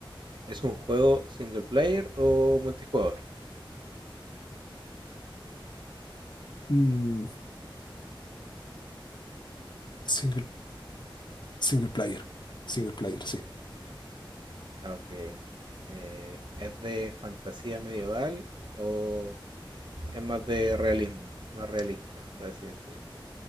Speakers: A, on the right; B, on the left.
A: ¿Es un juego single player o multijugador?
B: Mm, single, single player, single player, sí.
A: Ok. Eh, ¿Es de fantasía medieval o es más de realismo, más realista, por así decirlo.